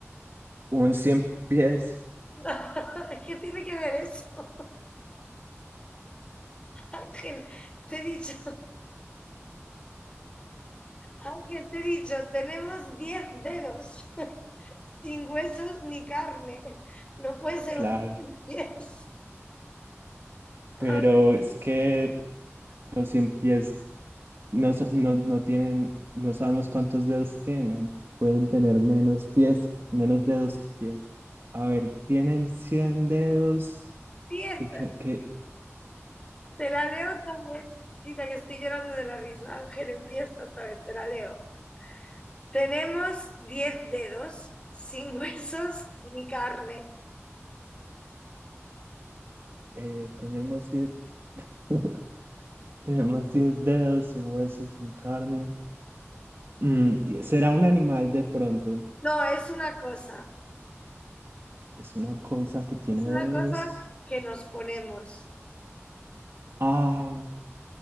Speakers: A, on the right; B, on the left.
A: un cien pies.
B: <laughs> ¿Qué tiene que ver eso? Ángel, te he dicho, Ángel, te he dicho, tenemos 10 dedos, <laughs> sin huesos ni carne. No puede ser
A: Claro,
B: un 10.
A: pero
B: A ver,
A: es que los cien pies no, sa- no, no tienen, no sabemos cuántos dedos tengan. Pueden tener menos pies, menos dedos que pies. A ver, tienen 100 dedos
B: 10.
A: y que, que,
B: Te la leo otra vez. Quita que estoy llorando de la risa. Ángel, empieza otra vez, te la leo. Tenemos 10 dedos, sin huesos ni carne.
A: eh, tenemos 10 <laughs> tenemos 10 dedos sin huesos ni carne. Mm, y- ¿será un animal de pronto?
B: No, es una cosa,
A: Es una cosa que tiene
B: es
A: dedos.
B: una cosa que nos ponemos.
A: Ah,